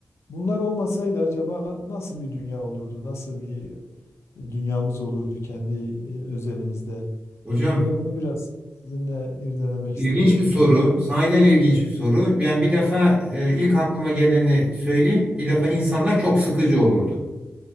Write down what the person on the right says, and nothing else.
Hocam
ilginç
bir soru. Sahiden ilginç bir soru. Yani bir defa e, ilk aklıma geleni söyleyeyim. Bir defa insanlar çok sıkıcı olurdu.